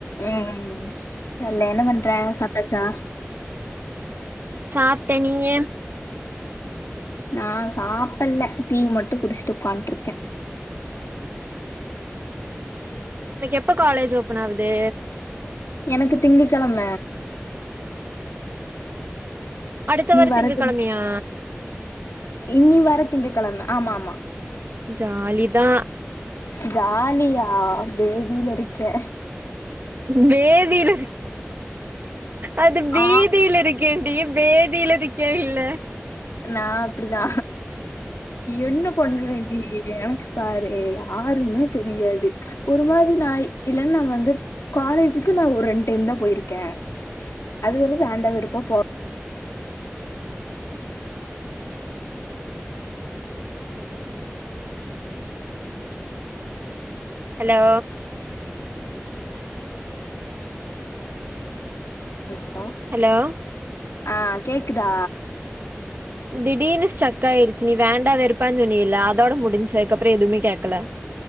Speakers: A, on the left; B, on the right.
A: உம் சரி என்ன பண்றே சாப்ட்டாச்சா
B: சாப்டே நீங்க
A: நா சாப்பில்ல டீ மட்டு குடிச்சுட்டு உட்காந்துட்ருக்கே
B: ஒனக்கு எப்ப காலேஜ் ஓபன் ஆகுது
A: எனக்கு திங்ககெழம
B: அடுத்த வார
A: வர
B: திங்ககெழமயா
A: திங் இனி வர திங்ககெழம ஆமா ஆமா
B: ஜாலிதா
A: ஜாலியா பேதில
B: ம்
A: இருக்கே
B: பேதில அது பீதியில
A: ஆ
B: இருக்கே ஏ பேதில இருக்கே இல்ல
A: நா அப்டிதா என்ன பண்ணு வேண்டி நெனச்சு பாரு யாருமே தெரியாது ஒரு மாரி நா இல்லன்னா நா வந்து காலேஜுக்கு நா ஒரு ரெண்டு டைம் தா போயிருக்கே அது வந்து வேண்டா வெருப்பா போ
B: ஹலோ
A: ஹலோ
B: ஹலோ
A: ஆ கேக்குதா
B: திடீர்னு ஸ்டக் ஆயிருச்சு நீ வேண்டா வெறுப்பானு சொன்னில்ல அதோட முடிஞ்சது அதுக்ப்புறோ எதுவுமே கேக்கல